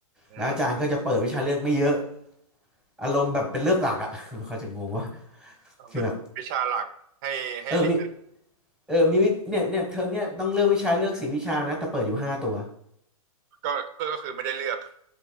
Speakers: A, on the right; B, in the centre.
A: อืม
B: แล้วอาจารย์ก็จะเปิดวิชาเลือกไม่เยอะอารมณ์แบบเป็นเลือกหลักอ่ะ <laughs> เขาจะงงว่าคือแบบ
A: เป็นวิชาหลักให้ให้เรียน
B: เออมีเออมีวิเนี่ยเนี่ยเทอมเนี่ยต้องเลือกวิชาเลือกสี่วิชานะแต่เปิดอยู่ห้าตัว
A: ก็เพื่อก็คือไม่ได้เลือก